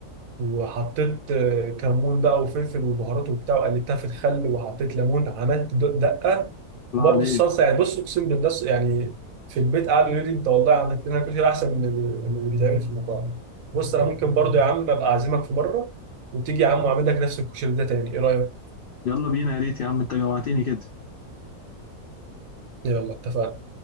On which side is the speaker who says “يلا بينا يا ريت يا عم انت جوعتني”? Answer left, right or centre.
Left